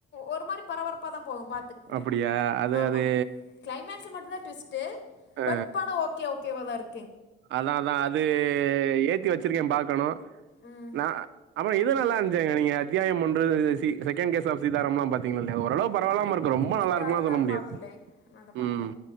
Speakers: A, on the left (about 65°); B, on the right (about 70°).
A: ஒரு மாரி பரபரப்பாதா போகு பாத்துக்குங்க
B: அப்படியா அது
A: ஆமா
B: அது
A: கிளைமேக்ஸ் மட்டு தா டுவிஸ்ட்டு
B: அ
A: பட் படமோ ஓகே ஓகேவா தாருக்
B: அதா அதா அது ஏத்தி வொச்சிருக்கே பாக்கணு
A: ம்
B: நா அப் றோ இது நல்லாருந்ச்சிங்க நீங்க அத்தியாயம் ஒன்று சி செகண்ட் கேஸ் ஆஃப் சீதாராம்ல்லா பாத்தீங்ளா அ ஓரளவு பரவால்லாமருக்கு
A: இல்ல
B: ரொம்ப நல்லாருக்கும்லா
A: இல்ல அது
B: சொல்ல
A: நான்
B: முடியாது
A: பார்க்கல நான் அதை
B: ம்
A: பார்க்கல